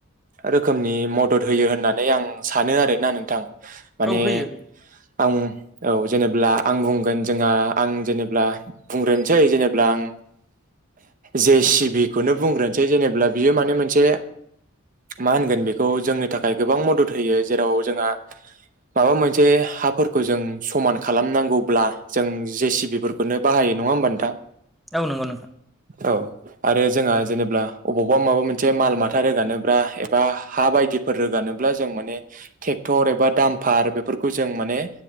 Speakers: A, on the right; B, in the centre.
A: रोखोमनि मदद होयो होननानै आं सानो आरोना नोंथां। माने
B: औ होयो होयो
A: आं औ जेनेब्ला आं बुंगोन जोंहा आं जेनेब्ला बुंग्रोनोसै जेनेब्ला आं जे सिबिखौनो बुंग्रोनोसै जेनेब्ला बियो माने मोनसे मा होनगोन बेखौ? जोंनि थाखाय गोबां मदद होयो जेराव जोंहा माबा मोनसे हाफोरखौ जों समान खालामनांगौब्ला जों जे सिबिफोरखौनो बाहायो। नङा होमबा नोंथां?
B: औ नंगौ नोंथां।
A: औ आरो जोंहा जेनेब्ला अबावबा माबा मोनसे माल माथा रोगानोब्रा एबा हा बायदिफोर रोगानोब्ला जों माने थे थेक्थर एबा दामफार बेफोरखौ जों माने